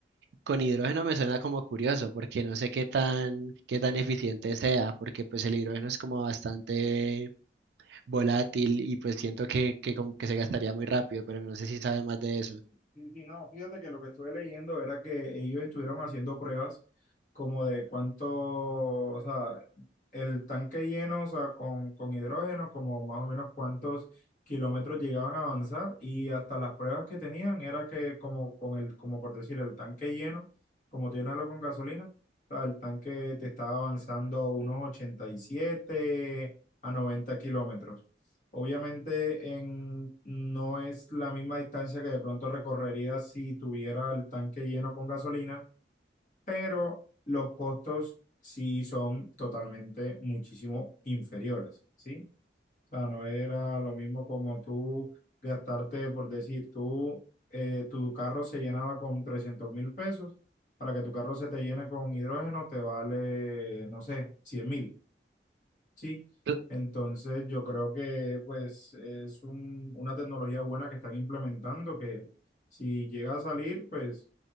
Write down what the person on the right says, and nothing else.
Con hidrógeno me suena como curioso, porque no sé qué tan, qué tan eficiente sea, porque pues el hidrógeno es como bastante volátil y pues siento que, que como que se gastaría muy rápido, pero no sé si sabes más de eso.
Cl-